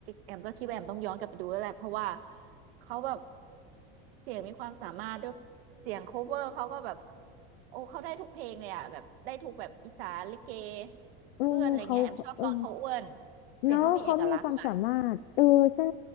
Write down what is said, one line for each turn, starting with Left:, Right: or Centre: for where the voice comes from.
Right: แอมก็คิดว่าแอมต้องย้อนกลับไปดูแล้วแหละเพราะว่าเขาแบบเสียงมีความสามารถด้วยเสียงโคเวอร์เขาก็แบบโอ้เขาได้ทุกเพลงเลยอ่ะแบบได้ทุกแบบอีสานลิเก
Left: เออเขาเออ
Right: เอื้อนอะไรเงี้ยแอมชอบตอนเขาเอื้อนเสียงเขามีเอกลักษณ์ค่ะ
Left: เนาะเขามีความสามารถเออใช่